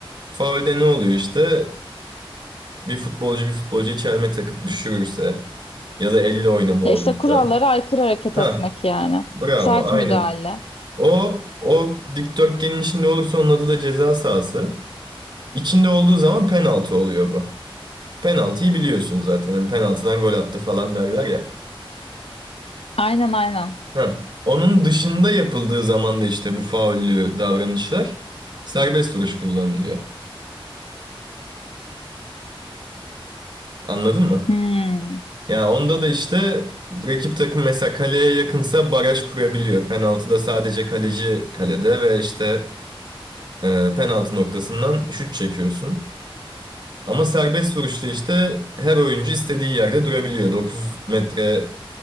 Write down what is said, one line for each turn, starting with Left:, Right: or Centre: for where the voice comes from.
Right: faulde ne oluyor işte? Bir futbolcu bir futbolcu çelme takıp düşürürse ya da elle oynama olursa.
Left: Ya işte kurallara aykırı hareket
Right: Ha,
Left: etmek yani.
Right: bravo,
Left: Sert
Right: aynen.
Left: müdahale.
Right: O o dikdörtgenin içinde olursa onun adı da ceza sahası. İçinde olduğu zaman penaltı oluyor bu. Penaltıyı biliyorsun zaten. Hani penaltıdan gol attı falan derler ya.
Left: Aynen aynen.
Right: Heh. Onun dışında yapıldığı zaman da işte bu faullü davranışlar serbest vuruş kullanılıyor. Anladın mı?
Left: Hmm,
Right: Yani onda da işte rakip takım mesela kaleye yakınsa baraj kurabiliyor. Penaltıda sadece kaleci kalede ve işte e, penaltı noktasından şut çekiyorsun. Ama serbest vuruşta işte her oyuncu istediği yerde durabiliyor. 9 metre